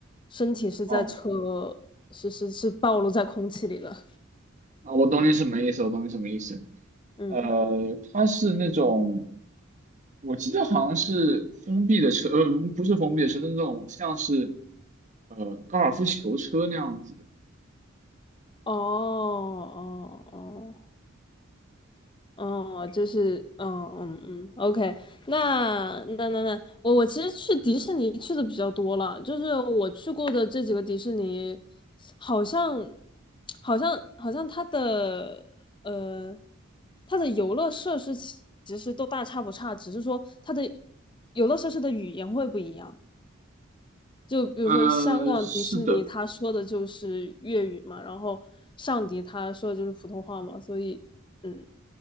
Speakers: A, on the left; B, on the right.
A: 身体是在车是是是暴露在空气里的？
B: 哦啊，我懂你什么意思，我懂你什么意思。
A: 嗯，
B: 呃，它是那种，我记得好像是封闭的车，呃，不是封闭的车，是那种像是呃高尔夫球车那样子的。
A: 哦哦哦。哦，就是，嗯嗯嗯，OK，那那那那，我我其实去迪士尼去的比较多了，就是我去过的这几个迪士尼，好像，好像好像它的呃，它的游乐设施其其实都大差不差，只是说它的游乐设施的语言会不一样。就比如说香港迪士尼，
B: 呃，是的，
A: 他说的就是粤语嘛，然后上迪他说的就是普通话嘛，所以。嗯。